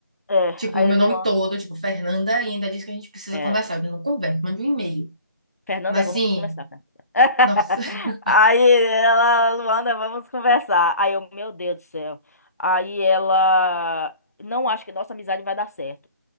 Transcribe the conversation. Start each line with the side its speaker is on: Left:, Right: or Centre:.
Left: É,
Right: Tipo,
Left: aí
Right: o meu
Left: Luan,
Right: nome todo, tipo, Fernanda, e ainda diz que a gente precisa
Left: é,
Right: conversar. Eu não converso, mando um e-mail.
Left: Fernanda,
Right: Mas
Left: vamos
Right: sim.
Left: conversar. Fernanda. <laughs>
Right: Nossa. <laughs>
Left: Aí ela, Luanda, vamos conversar. Aí eu, meu Deus do céu. Aí ela, não acho que nossa amizade vai dar certo.